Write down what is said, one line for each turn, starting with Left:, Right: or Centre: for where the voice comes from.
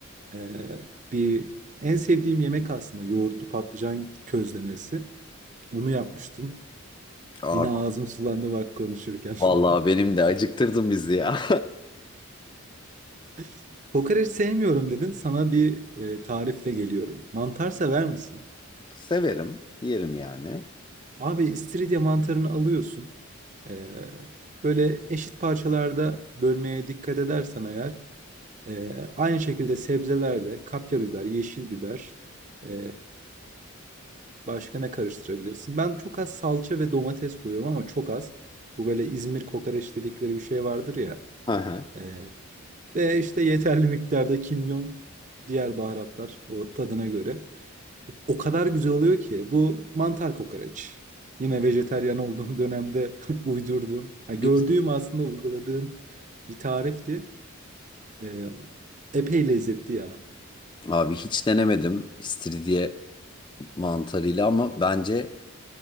Right: Ee, bir en sevdiğim yemek aslında yoğurtlu patlıcan közlemesi. Onu yapmıştım.
Left: Tabii.
Right: Yine ağzım sulandı bak konuşurken.
Left: Vallahi benim de acıktırdın bizi ya.
Right: <laughs> Kokoreç sevmiyorum dedin. Sana bir e, tarifle geliyorum. Mantar sever misin?
Left: <laughs> Severim, yerim yani.
Right: Abi istiridye mantarını alıyorsun. Ee, böyle eşit parçalarda bölmeye dikkat edersen eğer e, aynı şekilde sebzelerde kapya biber, yeşil biber, e, Başka ne karıştırabilirsin? Ben çok az salça ve domates koyuyorum ama çok az. Bu böyle İzmir kokoreç dedikleri bir şey vardır ya.
Left: Aha.
Right: Ee, ve işte yeterli miktarda kimyon, diğer baharatlar o tadına göre. O kadar güzel oluyor ki bu mantar kokoreç. Yine vejeteryan olduğum dönemde <laughs> uydurduğum, yani
Left: Güzel.
Right: gördüğüm aslında uyguladığım bir tarifti. Ee, epey lezzetli ya.
Left: Abi hiç denemedim istiridye mantarıyla ama bence